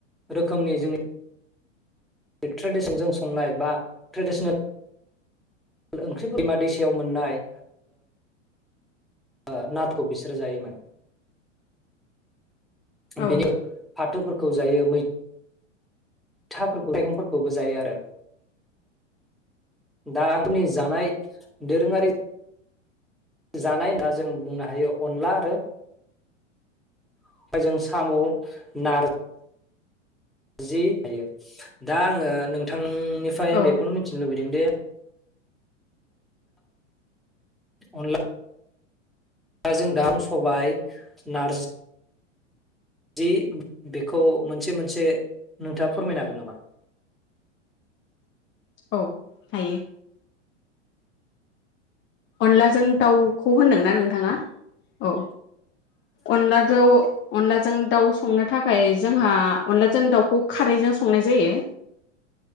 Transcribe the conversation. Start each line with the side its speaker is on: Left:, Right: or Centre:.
Centre: रोखोमनि जोंनि ट्रेडिसनजों संनाय बा ट्रेडिसनेल ओंख्रि दैमा दैसायाव मोननाय ओ <unintelligible> खौ बिसोरो जायोमोन
Left: औ
Centre: बेयो फाथोर खौ जायो मै था फोरखौलाय मैगंफोरखौबो जायो आरो दा आंनि जानाय दोरोङारि जानाय होनना जों बुंनो हायो अनला आरो ओमफ्राय जों साम' नार जि हायो, दा आङो नोंथां नों निफ्राय
Left: औ
Centre: बेखौनो मिथिनो लुबैदों दे अनला <unintelligible> सबाय नार्जि जि बेखौ मोनसे मोनसे नोंथाङा फोरमायनो हागोन नामा?
Left: औ हायो। अनलाजों दाउखौ होनदोंना नोंथाङा औ अनलाजो अनलाजों दाउ संनो थाखाय जोंहा अनलाजों दाउखौ खारैजों संनाय जायो।